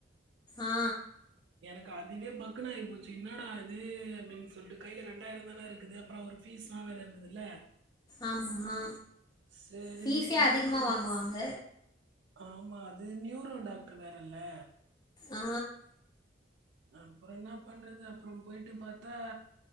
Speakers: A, on the left; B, on the right.
A: ஆ
B: எனக்கு அதுவே பக்குன்னு ஆயி போச்சு என்னாடா இது அப்டின்னு சொல்ட்டு கையில ரெண்டாயிரோ தான இருக்குது அப்றோ அவரு ஃபீஸ்ல்லா வேற இருக்குதுல்ல
A: ஆமா
B: சரின்னு
A: ஃபீஸே
B: சொல்லிட்டு
A: அதிகமா
B: அப்புறம் நி-
A: வாங்குவாங்க
B: ஆமா அது நியூரோ டாக்டரு வேற இல்ல
A: ஆ
B: அப்றோ என்னா பண்றது அப்றோ போயிட்டு பாத்தா